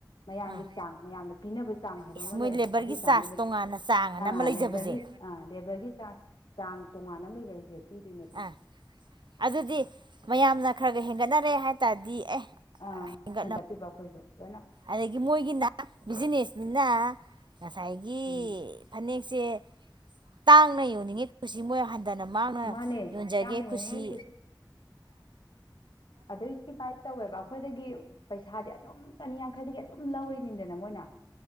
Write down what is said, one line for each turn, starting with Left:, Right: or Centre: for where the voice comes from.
Left: ꯃꯌꯥꯝꯒꯤ
Right: ꯑꯥ
Left: ꯆꯥꯡ ꯃꯌꯥꯝꯗ ꯄꯤꯅꯕ ꯆꯥꯡ ꯍꯥꯏꯕ
Right: ꯏꯁ
Left: ꯑꯃ
Right: ꯃꯣꯏ
Left: ꯂꯩꯌꯦꯕ
Right: ꯂꯦꯕꯔꯒꯤ
Left: ꯑꯗꯨ ꯆꯥꯡꯗꯨꯗ
Right: ꯆꯥꯔꯖ ꯇꯣꯉꯥꯟꯅ ꯆꯥꯡ ꯑꯅ
Left: ꯑꯥ
Right: ꯑꯃ ꯂꯩꯖꯕꯖꯦ
Left: ꯂꯦꯕꯔꯒꯤ ꯑꯥ ꯂꯦꯕꯔꯒꯤ ꯆꯥꯔꯖ ꯆꯥꯡ ꯇꯣꯉꯥꯟꯅ ꯑꯃ ꯂꯩꯖꯔꯤꯁꯦ ꯄꯤꯗꯣꯏꯅꯦ
Right: ꯑꯥ ꯑꯗꯨꯗꯤ ꯃꯌꯥꯝꯅ ꯈ꯭ꯔꯒ꯭ꯔ ꯍꯦꯟꯒꯠꯅꯔꯦ ꯍꯥꯏ ꯇꯥꯔꯗꯤ ꯑꯦ
Left: ꯑꯥ
Right: ꯍꯦꯟꯒꯠꯅ
Left: ꯍꯦꯟꯒꯠꯇꯣꯏꯕ ꯑꯩꯈꯣꯏꯁꯨ ꯂꯣꯏꯅ
Right: ꯑꯗꯒꯤ ꯃꯣꯏꯒꯤꯅ ꯕꯤꯖꯤꯅꯦꯁꯅꯤꯅ ꯉꯁꯥꯏꯒꯤ
Left: ꯎꯝ
Right: ꯐꯅꯦꯛ ꯁꯦ ꯇꯥꯡꯅ ꯌꯣꯟꯅꯤꯡꯉꯤ ꯀꯨꯁꯤ ꯃꯣꯏ ꯍꯟ ꯗꯅ ꯃꯍꯥꯛꯅ
Left: ꯃꯥꯅꯦ
Right: ꯌꯣꯟꯖꯒꯦ
Left: ꯇꯥꯡꯅ
Right: ꯀꯨꯁꯤ
Left: ꯌꯣꯟꯅꯤꯡꯉꯤ <unintelligible> ꯑꯩꯈꯣꯏꯗꯒꯤ ꯄꯩꯁꯥꯗꯤ ꯑꯗꯨꯝ ꯆꯅꯤꯌꯥꯡꯈꯩꯗꯒꯤ ꯑꯗꯨꯝ ꯂꯧꯔꯤꯅꯤꯗꯅ ꯃꯣꯏꯅ